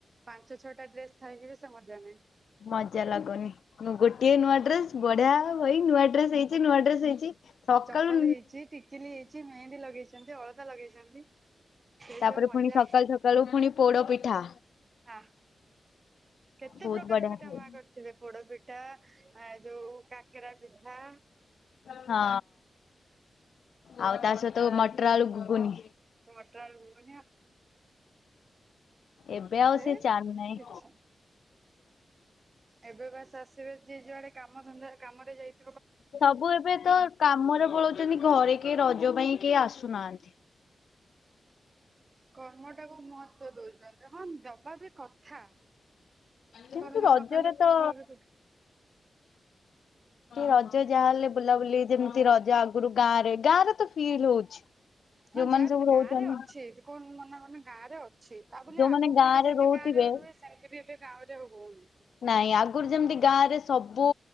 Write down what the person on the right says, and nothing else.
ପାଞ୍ଚ ଛଅଟା ଡ୍ରେସ ଥକିବ ସେ ମଜା ନଁ
ଚପଲ ହେଇଛି ଟିକିଲି ହେଇଛି ମେହେନ୍ଦୀ ଲଗେଇଛନ୍ତି ଅଳଦା ଲଗେଇଛନ୍ତି ସେ
ଯୋଉ ମଜା
ହ କେତେ
ପ୍ରକାର
ପିଠା
ମା କରିଥିବେ ପୋଡ ପିଠା ପଟା ଆ ଯୋଉ କାକଡା ପିଧା
ନଁଟନ
ସେ
କିଛି ଏବେ ବାସ ଆସିବେ ଯିଏ ଯୁଆଡେ କାମ ଧନ୍ଦା କାମରେ ଯାଇଥ
କର୍ମଟାକୁ ମହତ୍ଵ ଦଉଛନ୍ତି ହଁ ଦବା ବି କଥା
କର୍ମ
ନ କଲେ
ଫଳ ବି କୋଉଠି
ହଁ
ଯାହା ପିଲଲେ
ଗାଁରେ ଅଛି କଣ ମନା କନ ଗାଁରେ ଅ ଅଛି ତା ବୋଲି
ଆଗ ପରୁରିକା
ଯେମିତି
ଗାଁରେ ରୁହେ ସେମିତି ବି ଏବେ ଗାଁରେ ହଉନି